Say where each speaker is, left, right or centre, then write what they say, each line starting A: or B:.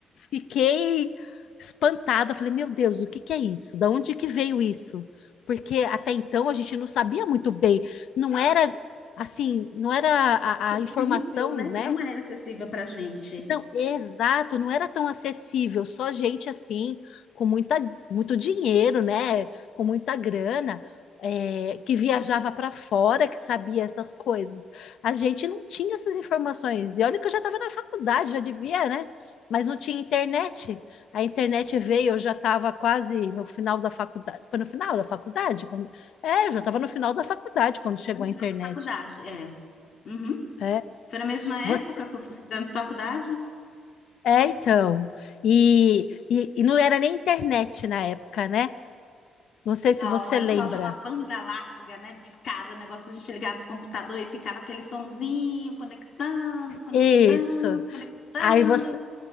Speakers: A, on the left; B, on the left.
A: fiquei espantada. Eu Falei, meu Deus, o que que é isso? Da onde que veio isso? Porque até então a gente não sabia muito bem, não era assim, não era a,
B: Acessível,
A: a informação,
B: né?
A: né?
B: Não era acessível pra gente.
A: Não, exato, não era tão acessível, só gente assim, com muita, muito dinheiro, né? Com muita grana, é, que viajava para fora, que sabia essas coisas. A gente não tinha essas informações. E olha que eu já estava na faculdade, já devia, né? Mas não tinha internet. A internet veio, eu já estava quase no final da faculdade. Foi no final da faculdade? Quando... É, eu já estava no final da faculdade quando chegou
B: Foi no
A: a
B: final
A: internet.
B: da faculdade, é. Uhum.
A: É.
B: Foi na mesma
A: você.
B: época que eu fizemos faculdade?
A: É, então. E, e, e não era nem internet na época, né? Não sei se
B: Não,
A: você
B: era
A: lembra.
B: um tal de uma banda larga, né? Discada, o negócio a gente ligava o computador e ficava aquele sonzinho conectando, conectando,
A: Isso.
B: conectando.
A: Aí você,